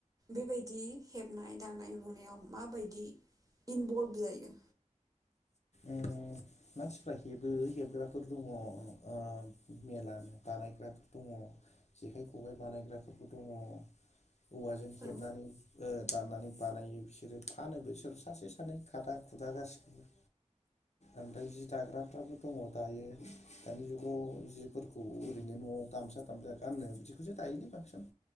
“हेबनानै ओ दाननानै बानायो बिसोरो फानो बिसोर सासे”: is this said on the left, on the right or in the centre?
Left